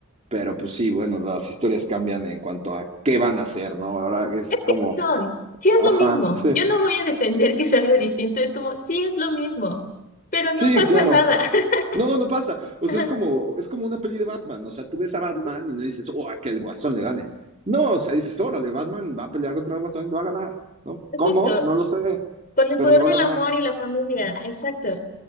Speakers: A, on the right; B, on the left.
A: pero pues sí, bueno, las historias cambian en cuanto a qué van a hacer, ¿no? Ahora es
B: Es
A: como,
B: que sí son, sí es
A: ajá,
B: lo mismo.
A: sí,
B: Yo no voy a defender que es algo distinto, es como, sí es lo mismo, pero no
A: sí,
B: pasa
A: claro.
B: nada. <laughs>
A: No, no pasa. O
B: Ajá,
A: sea, es como, es como una peli de Batman. O sea, tú ves a Batman
B: ujú,
A: y no dices, oh, a que el Guasón le gane. No, o sea, dices, órale, Batman va a pelear contra el Guasón y le va a ganar, ¿no? ¿Cómo?
B: Justo,
A: No lo sé,
B: con el
A: pero
B: poder
A: le va
B: del
A: a ganar.
B: amor y la familia, exacto.